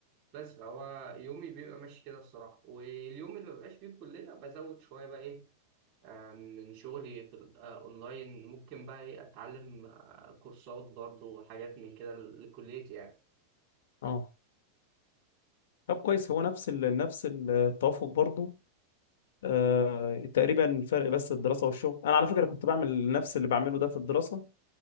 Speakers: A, on the right; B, on the left.
A: بس فهو يومي بيبقى ماشي كده الصراحة واليوم اللي مبقاش فيه الكلية بزود شوية بقى إيه آه، من شغلي في ال- آه، أونلاين ممكن بقى إيه أتعلم آه، كورسات برضو وحاجات من كده لكليتي يعني
B: اه طب كويس هو نفس ال... نفس التوافق برضو آه، تقريبا فرق بس الدراسة والشغل أنا على فكرة كنت بعمل نفس اللي بعمله ده في الدراسة